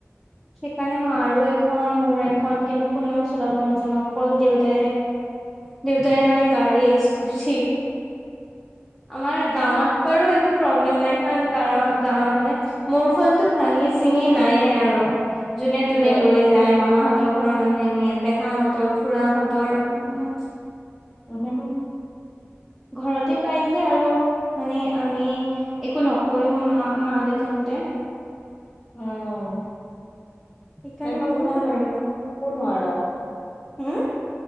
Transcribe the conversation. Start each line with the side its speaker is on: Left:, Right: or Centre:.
Centre: সেইকাৰণে মাৰো এখন, মোৰো এখন। কিন্তু কোনেও চলাব নাজানো, অকল দেউতাই দেউতাই মানে, গাড়ী, স্কুটি আমাৰ গাঁৱত বাৰু একো প্ৰব্লেম নাই, কাৰণ গাঁৱৰ, গাঁৱত মানে মোৰখনটো ভাঙি-চিঙি নাই আৰু যোনে-তোনে
Left: কিয়
Centre: লৈ যায়, মামাহঁতৰ ঘৰৰ মানুহে নিয়ে, পেহাহঁতৰ, খুৰাহঁতৰ মানে
Left: <inaudible>
Centre: ঘৰতে পাই যে আৰু, মানে, আমি একো নকয়ো মা-মা, দেউতাহঁতে
Left: উম,
Centre: সেইকাৰণে
Left: সেইখনটো
Centre: পুৰা
Left: <unintelligible>
Centre: আৰু
Left: নোৱাৰা
Centre: হম।